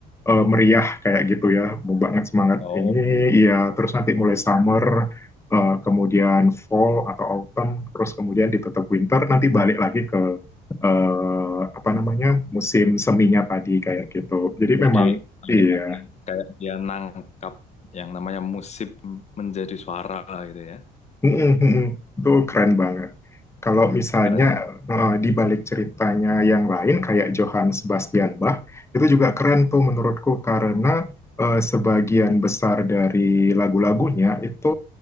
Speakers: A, on the left; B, on the left.
A: eh, meriah kayak gitu ya, mau banget semangat
B: Oh,
A: ini, ya terus nanti mulai summer, eh, kemudian fall atau autumn, terus kemudian ditutup winter, nanti balik lagi ke eh, apa namanya musim seminya tadi kayak gitu. Jadi
B: jadi
A: memang
B: anggapannya
A: iya,
B: kayak dia nangkap yang namanya musik menjadi suara gitu ya.
A: Mm, mm, mm, mm. itu keren banget. Kalau misalnya
B: Keren.
A: eh, di balik ceritanya yang lain kayak Johann Sebastian Bach, itu juga keren tuh menurutku karena eh, sebagian besar dari lagu-lagunya itu